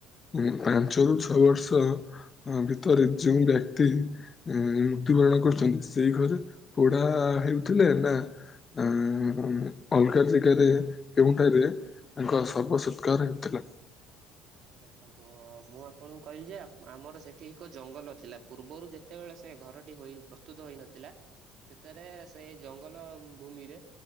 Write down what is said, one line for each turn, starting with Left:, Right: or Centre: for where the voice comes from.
Left: ଉଁ ପାଞ୍ଚରୁ ଛଅ ବର୍ଷ ଅ ଭିତରେ ଯେଉଁ ବ୍ୟକ୍ତି ଉଁ ମୃତ୍ୟୁବରଣ କରୁଛନ୍ତି ସେଇ ଘରେ ପୋଢା ହେଉଥିଲେ ନା ନା ଅଲଗା ଜାଗାରେ କେଉଁଠାରେ ତାଙ୍କଉ ଶବ ସତ୍କାର ହେଉଥିଲା।
Right: ଦେଖନ୍ତୁ ମୁଁ ଆପଣଙ୍କୁ କହିଲି ଯେ ଆମର ସେଠି ଏକ ଜଙ୍ଗଲ ଥିଲା। ପୂର୍ବରୁ ଯେତେବେଳେ ସେ ଘରଟି ହୋଇ ପ୍ରସ୍ତୁତ ହୋଇନଥିଲା! ସେଥିରେ ସେଇ ଜଙ୍ଗଲ ଭୂମିରେ